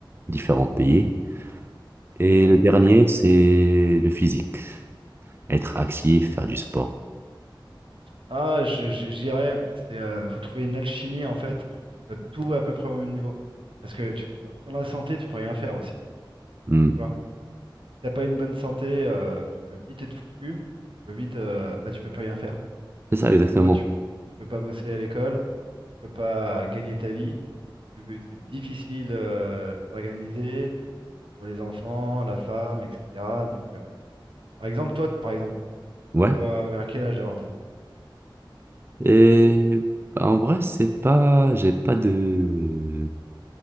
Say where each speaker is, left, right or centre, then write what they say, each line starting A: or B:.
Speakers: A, on the right; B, on the right.
A: différents pays. Et
B: C'est ça,
A: le
B: faut
A: dernier,
B: s'organiser.
A: c'est le physique, être actif, faire du sport.
B: Ah, je, je- je dirais, c'est, euh, faut trouver une alchimie, en fait, pour que ce soit tout à peu près au même niveau. Parce que tu peux pas, sans la santé, tu peux rien faire aussi. hein.
A: Hmm,
B: Tu vois t'as pas une bonne santé, euh, tu peux vite être foutu. Tu peux vite, euh, bah, tu peux plus rien faire.
A: C'est ça exactement.
B: Tu vois, tu, tu peux pas bosser à l'école, tu peux pas gagner ta vie. tu- C'est difficile euh, de s'organiser pour les enfants, la femme, etc. Donc, euh, par exemple, toi, par exemple, tu
A: Ouais.
B: prévois vers quel âge d'avoir tes enfants?
A: Et bah, en vrai, c'est pas, j'ai pas de